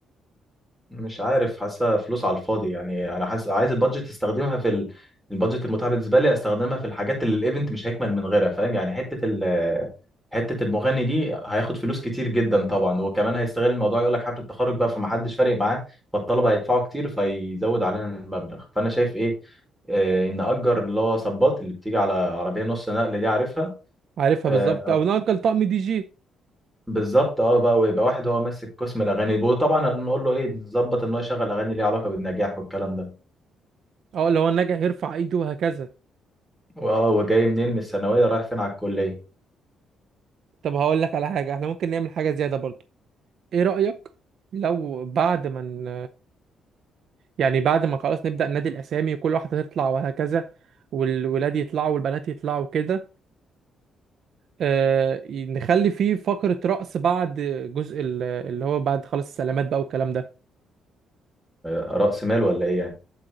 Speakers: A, in the centre; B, on the right.
A: مش عارف حاسه فلوس على الفاضي يعني انا حاسس عايز البادجت استخدمها في ال... البادجت المتاحه بالنسبه لي استخدمها في الحاجات اللي الايفنت مش هيكمل من غيرها فاهم يعني حته ال... حته المغني دي هياخد فلوس كتير جدا طبعا وكمان هيستغل الموضوع يقول لك حفله التخرج بقى فمحدش فارق معاه فالطلبه هيدفعوا كتير فيزود علينا المبلغ فانا شايف ايه آه، نأجر اللي هو صباط اللي بتيجي على عربية نص نقل دي عارفها
B: عارفها
A: آه،
B: بالظبط أو نأجل طقم دي جي
A: بالظبط اه بقى ويبقى واحد هو ماسك قسم الاغاني وطبعا هنقول له ايه نظبط ان هو يشغل اغاني ليها علاقه بالنجاح والكلام ده
B: أو اللي هو الناجح يرفع إيده وهكذا
A: واه وجاي منين من الثانويه رايح فين على الكليه
B: طب هقول لك على حاجة احنا ممكن نعمل حاجة زيادة برضو ايه رأيك لو بعد ما ن... يعني بعد ما خلاص نبدأ نادي الأسامي وكل واحدة تطلع وهكذا والولاد يطلعوا والبنات يطلعوا كده آه نخلي فيه فقرة رقص بعد جزء ال- اللي هو بعد خلاص السلامات بقى والكلام ده
A: آه، راس مال ولا ايه يعني